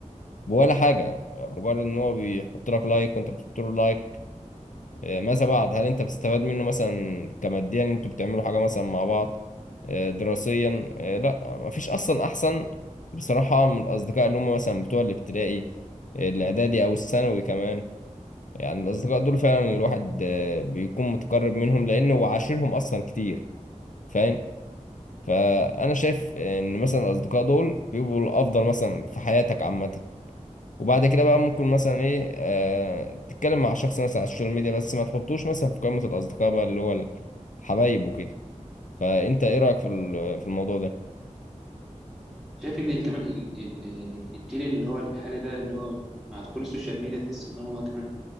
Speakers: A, on the left; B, in the centre.
A: بولا حاجه مجرد ان هو بيحط لك لايك وانت بتحط له لايك آه، ماذا بعد هل انت بتستفاد منه مثلا كماديا ان انتوا بتعملوا حاجه مثلا مع بعض آه، دراسيا آه، لا مفيش اصلا احسن بصراحه من الاصدقاء اللي هم مثلا بتوع الابتدائي آه، الاعدادي او الثانوي كمان يعني الاصدقاء دول فعلا الواحد آه، بيكون متقرب منهم لانه هو عاشرهم اصلا كتير فاهم فانا شايف ان مثلا الاصدقاء دول بيبقوا الافضل مثلا في حياتك عامه وبعد كده بقى ممكن مثلا ايه آه تتكلم مع شخص مثلا على السوشيال ميديا بس ما تحطوش مثلا في قائمة الأصدقاء بقى اللي هو الحبايب وكده فأنت ايه رأيك في ال- في الموضوع ده؟
B: شايف إن ال- كمان ال- ال- الجيل اللي هو الحالي ده اللي هو مع دخول السوشيال ميديا تحس إن هو كمان